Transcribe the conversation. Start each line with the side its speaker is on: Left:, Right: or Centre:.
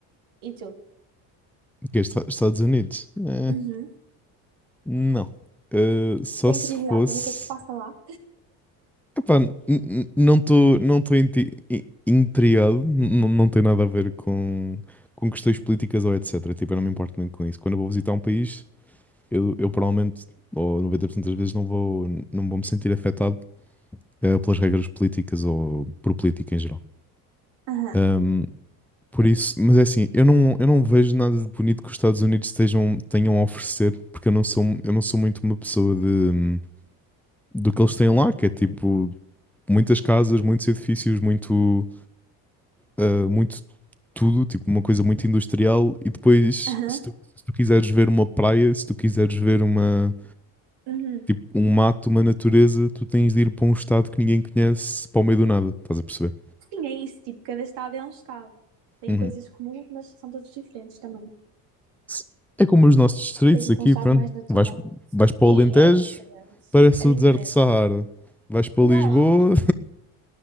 Right: E tu?
Centre: Que é Esta- Estados Unidos? Eh,
Right: Uhum.
Centre: não. Eh, só
Right: Tenho
Centre: se
Right: curiosidade
Centre: fosse
Right: para ver o que é que se passa lá.
Centre: Epá, n- n- não estou não estou inti- in- intrigado, n- não tem nada a ver com, com questões políticas ou etc. Tipo, eu não me importo muito com isso. Quando eu vou visitar um país, eu, eu provavelmente, ou 90% das vezes, não vou, não vou me sentir afetado eh, pelas regras políticas ou por política em geral.
Right: Aham,
Centre: Ahm, por isso, mas é assim, eu não, eu não vejo nada de bonito que os Estados Unidos estejam, tenham a oferecer, porque eu não sou, eu não sou muito uma pessoa de, hum, do que eles têm lá, que é tipo muitas casas, muitos edifícios, muito. ah, muito tudo, tipo uma coisa muito industrial, e depois,
Right: aham,
Centre: se tu, se tu quiseres ver uma praia, se tu quiseres ver uma,
Right: uhum.
Centre: tipo, um mato, uma natureza, tu tens de ir para um estado que ninguém conhece, para o meio do nada, estás a perceber?
Right: Sim, é isso, tipo, cada estado é um estado. Tem
Centre: Uhum.
Right: coisas comuns, mas são todos diferentes também.
Centre: Se- É como os nossos distritos
Right: Tens tipo
Centre: aqui,
Right: um estado
Centre: pronto.
Right: mais natural.
Centre: Vais, vais para
Right: Sim,
Centre: o Alentejo,
Right: é diferente,
Centre: parece
Right: é diferente.
Centre: o deserto de Saara. Vais para
Right: Não,
Centre: Lisboa,